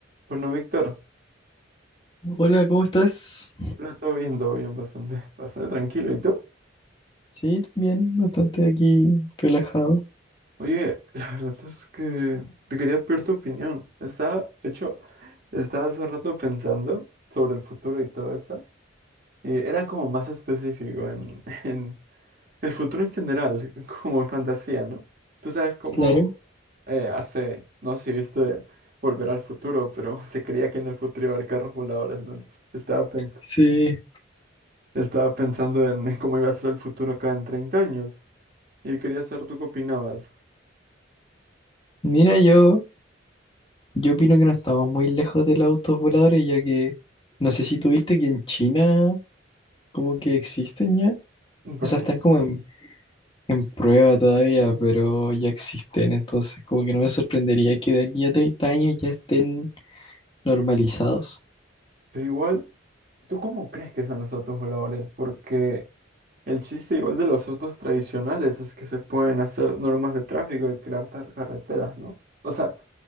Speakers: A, on the right (about 50°); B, on the left (about 25°).
A: Bueno, Víctor,
B: Hola, ¿cómo estás?
A: hola, todo bien, todo bien, bastante, <laughs> bastante tranquilo. ¿Y tú?
B: Sí, también, bastante aquí relajado.
A: Oye, la verdad es que te quería pedir tu opinión. Estaba, de hecho, estaba hace rato pensando sobre el futuro y todo eso. Y era como más específico en, <laughs> en el futuro en general, como en fantasía, ¿no? Tú sabes cómo
B: Claro.
A: eh, hace, no sé si viste Volver al futuro, pero <laughs> se creía que en el futuro iba a haber carros voladores. Entonces, estaba, pens-
B: Sí.
A: estaba pensando en cómo iba a ser el futuro acá en 30 años. Y quería saber tú qué opinabas.
B: Mira, yo, yo opino que no estamos muy lejos de los autos voladores, ya que no sé si tuviste que en China como que existen ya.
A: Me parece
B: O sea, están
A: que
B: como
A: sí.
B: en, en prueba todavía, pero ya existen. Entonces, como que no me sorprendería que de aquí a 30 años ya estén normalizados.
A: Pero igual, ¿tú cómo crees que sean los autos voladores? Porque el chiste igual de los autos tradicionales es que se pueden hacer normas de tráfico y crear tar- carreteras, ¿no? O sea,